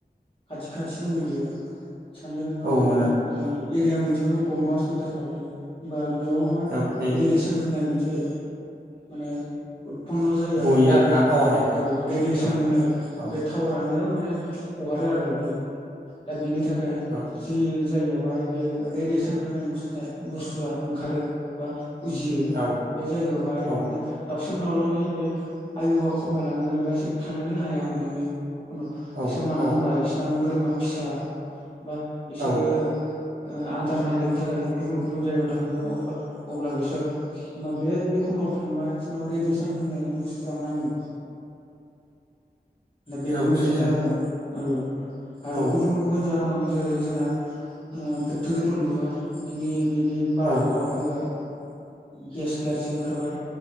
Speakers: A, on the left; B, on the right.
A: खाथि खाथिनो मोनजो सान्दो नोङो
B: औ मोनो नोंथां
A: एरिया मोनसेयावनो गंबा सयटा थागोन बा बेयाव मा
B: औ थायो
A: रेयेडेसन होनाय मोन जे माने उदपन्न' जायो आरो
B: गयो आरोना
A: बे
B: टावारनिफ्राय
A: औ रेयेडेसन
B: औ
A: होनाय
B: औ
A: बे टावारानो म ने हगारो आरो बियो दा बेनि थाखाय
B: औ
A: जि जायगायावहाय बे रेडियसन होननाय बुस्थुआ ओंखारो बा उजियो
B: औ
A: बे जायगायावहाय
B: औ
A: माने दाावसिन दाउलानि बे आयुआ खमायलाङो बा एसे थानोनो हाया माने बे खन्द
B: औ
A: एसे मानो होनबा बिसोरना मोदैमा फिसा बा बिसोरो
B: औ
A: ओ आदार नागिरनो थाखाय गुबुन गुबुन जायगायाव थांगोन अब्ला अब्ला बिसोर होमबा बे बे खन्द'आव थांबा बिसोरनाव रेडियेसन होननाय बुस्थुआ नाङो।
B: <inaudible>
A: दा बेबो मोनसे
B: सैथो
A: जाहोन औ
B: नोंथां
A: आरो गुबुन गुबुन जाहोन दं जेरै जोंना ओ फेक्टरिफोर लुबाय बिनि बिनि बारहावा
B: औ नोंथां
A: फैबाय गेस गारजि ओंखारबाय।